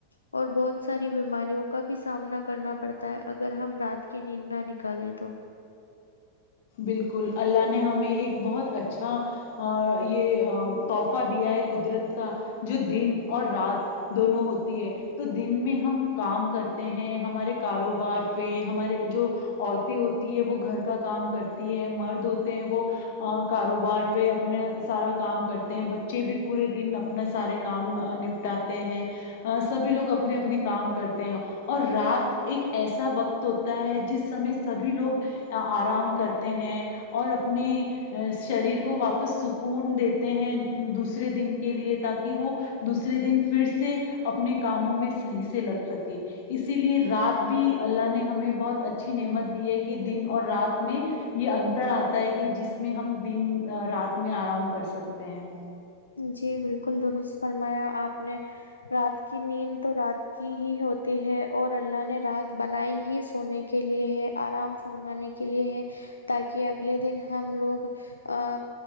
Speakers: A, on the left; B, on the left.
A: اور بہت ساری بیماریوں کا بھی سامنا کرنا پڑتا ہے اگر ہم رات کی نیند نہ نکالیں تو
B: بالکل اللہ نے ہمیں ایک بہت اچھا اا یہ توح فہ دیا ہے قدرت کا جو دن اور رات دونوں ہوتی ہے تو دن میں ہم کام کرتے ہیں ہمارے کاروبار پہ ہمارے جو عورتیں ہوتی ہے وہ گھر کا کام کرتی ہے مرد ہوتے ہیں وہ کاروبار پہ اپنا سارا کام کرتے ہیں بچے بھی پورے دن اپنا سارے کام نپٹات ے ہیں سبھی لوگ اپنے اپنے کام کرتے ہیں اور رات ایک ایسا وقت ہوتا ہے جس سمے سبھی لوگ آرام کرتے ہیں اور اپنے شریر کو واپس سکون دیتے ہیں دوسرے دن کے لیے تاکہ وہ دوسرے دن پھر سے اپنے کاموں میں صحیح سے لگ سکے اسی لیے رات بھی اللہ نے ہمیں بہت اچھی نعمت دی ہے کہ دن اور رات میں یہ انتر آتا ہے کہ جس میں ہم دن رات میں آرام کر سکتے ہیں
A: جی بالکل درست فرمایا آپ نے رات کی نیند تو رات کی ہی ہوتی ہے اور اللہ نے رات بنائی ہی سونے کے لیے ہے آرام فرمانے کے لیے ہیں تاکہ اگلے دن ہم لوگ آ